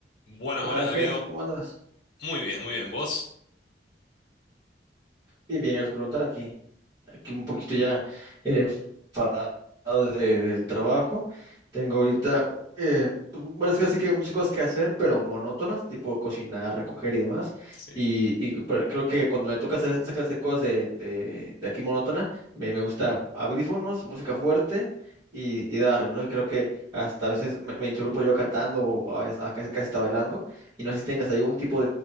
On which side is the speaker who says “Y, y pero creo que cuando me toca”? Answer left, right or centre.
Right